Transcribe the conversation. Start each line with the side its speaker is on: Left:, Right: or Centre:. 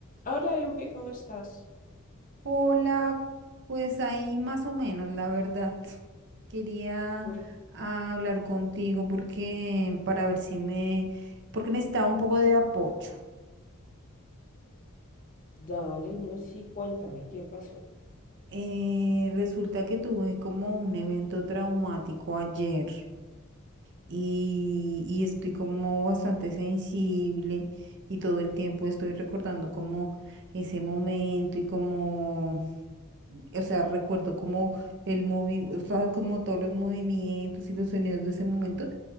Left: Hola, Euge, ¿cómo estás?
Right: Hola, pues ahí más o menos, la verdad. Quería
Left: Por...
Right: hablar contigo porque para ver si me, porque necesitaba un poco de apoyo.
Left: Dale, no, sí, cuéntame, ¿qué pasó?
Right: Eh, resulta que tuve como un evento traumático ayer. y, y estoy como bastante sensible y todo el tiempo estoy recordando como ese momento y como, o sea, recuerdo como el movi, o sea, como todos los movimientos y los sonidos de ese momento